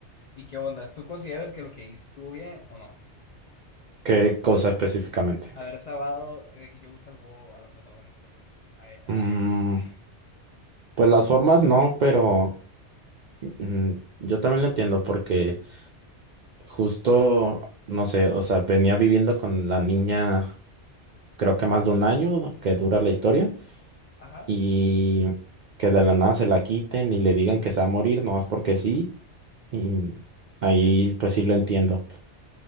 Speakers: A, on the left; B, on the right.
A: ¿Y qué ondas? ¿Tú consideras que lo que hice estuvo bien o no?
B: ¿qué cosa específicamente?
A: Haber salvado, eh, de que yo salvó a la protagonista, pues, a, a
B: Mm,
A: Ellie.
B: pues las formas no, pero mm, yo también lo entiendo porque justo, no sé, o sea, venía viviendo con la niña creo que más de un año que dura la historia
A: Ajá.
B: y que de la nada se la quiten y le digan que se va a morir, no más porque sí, y ahí pues sí lo entiendo.